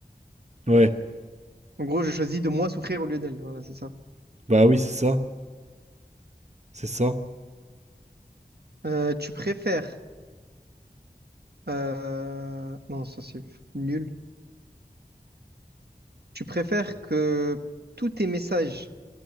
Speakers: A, on the right (about 45°); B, on the right (about 80°).
A: Ouais.
B: En gros, je choisis de moi souffrir au lieu d'elle. Voilà, c'est ça.
A: Bah oui, c'est ça. C'est ça.
B: Euh, tu préfères... euh, Non, ça c'est nul. Tu préfères que tous tes messages